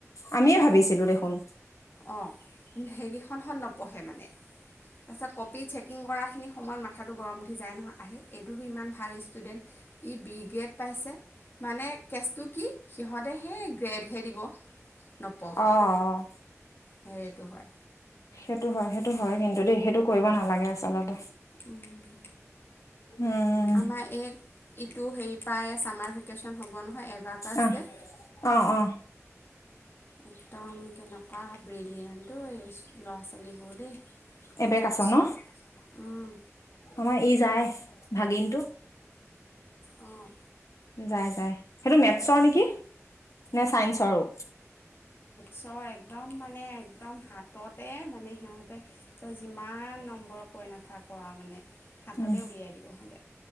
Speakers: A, on the left; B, on the left.
A: আমিয়ে ভাবিছিলো দেখোন।
B: অ', সেইকেইখনহঁত ন পঢ়ে মানে। তাৰপাছত কপি চেকিং কৰাখিনি সময়ত ম মাথাটো গৰম উঠি যায় নহয়। আইহ এইটোতো ইমান ভাল ষ্টুডেণ্ট ই বি গ্ৰেড পাইছে মানে কেচটো কি সিহঁতে সেই গ্ৰেডহে দিব। নপঢ়ে
A: অ'।
B: সেইটো হয়।
A: সেইটো হয় সেইটো হয় কিন্তু দেই সেইটো কৰিব নালাগে আচলতে।
B: উম।
A: উম
B: আমাৰ এই ইটো হেৰি পৰা চামাৰ ভেকেশ্যন হ'ব নহয় এবাকাছ
A: আহ
B: যে
A: অহ অ'।
B: একদম কেনেকুৱা ব্ৰেলিয়েনত এই ল'ৰা ছোৱালীবোৰ দেই।
A: এবেকাচ
B: মেথছৰ
A: ন।
B: উম,
A: আমাৰ ই যায় ভাগিনটো।
B: উম।
A: যায় যায়। সেইটো মেথছৰ নেকি নে চাইন্সৰো।
B: চ' একদম মানে একদম হাততে মানে সিহঁতে তই যিমান নম্বৰ কৈ নাথাক মানে হাততে
A: উম
B: উলিয়াই দিব সিহঁতে।